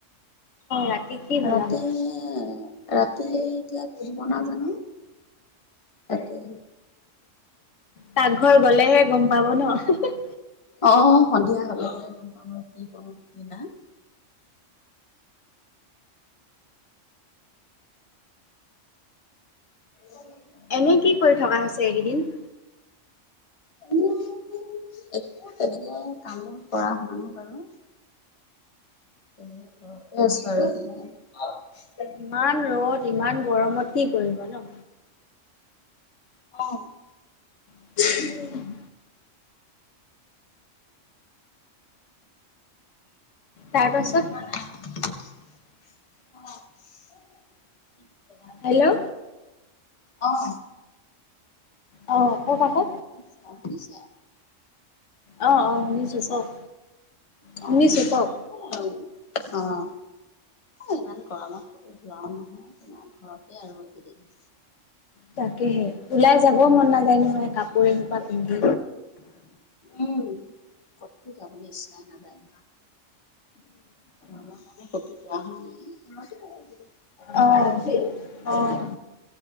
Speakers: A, on the left; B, on the left.
A: অ'
B: ৰাতি কি বনাব?
A: ৰাতি অ' ৰাতি এতিয়া কি বনাও জানো ৰাতি
B: পাকঘৰ গলেহে গম পাব ন' হি'হি
A: অ' সন্ধিয়া হ'লেহে গম পাম ৰ'হ, কি কৰো কি নাই <inaudible>
B: এনে কি কৰি থকা হৈছে এইকেইদিন?
A: <unintelligible> একো তেনেকে কাম-বন কৰা হোৱা নাই বাৰু কেইদিনমান ঘৰতেই আছোঁ আৰু
B: ইমান ৰ'দ ইমান গৰমত কি কৰিব ন
A: অ'
B: <unintelligible> তাৰ পাছত?
A: <unintelligible>
B: হেল্লো
A: অ। অ'
B: অ' হে তাতে
A: <unintelligible>
B: অ' অ' শুনিছোঁ
A: শুনিছা
B: কওক,
A: অ'।
B: শুনিছোঁ কওক
A: <unintelligible> অ' ইমান গৰমত ক'তো যোৱাও নহয়, তোমাৰ ঘৰতে আৰু এই কেইদিন
B: তাকেহে ওলাই যাব মন নাযায় নহয় কাপোৰ এসোপা পিন্ধি
A: উম, ক'তো যাব ইচ্ছা নাজায় <unintelligible>
B: অহ' সেইতো অহ'।